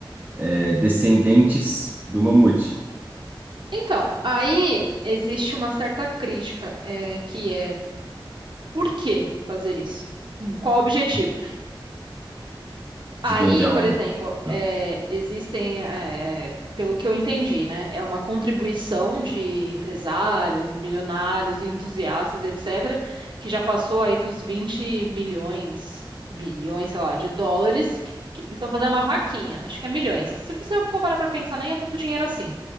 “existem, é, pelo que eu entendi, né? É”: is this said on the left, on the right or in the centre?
Right